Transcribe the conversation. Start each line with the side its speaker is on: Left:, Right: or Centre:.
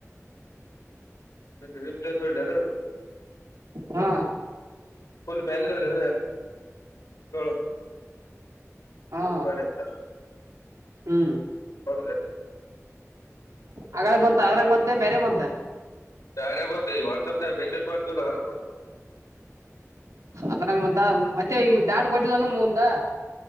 Left: ಮ ರೀಪ್ಲೆೇಸ್ಮೆಂಟ್ ನು
Right: ಹಾ
Left: ಸ್ಲ್ ಮಲ್ ಎಲ್ಲ ಬ
Right: ಹಾ
Left: ಬತ್ತ
Right: ಹ್ಮ್
Left: ನೋಡ್ರಿ
Right: ಆಳ ಬಂತ ಅದ್ರಂಗ ಮದೆ ಬೇರೆ ಬಂತ
Left: ಯಾರೆ ಬ ವಾಟ್ಸಪ ಮೆಸಜ ಮಾಡತ ಕೊ
Right: ಅದ್ರಂಗ ಮಂತ ಮತ್ತೆ ಈ ಡಾಟ್ ಕೊಟ್ಟಿಲ್ಲಲ್ಲ ಮುಂದ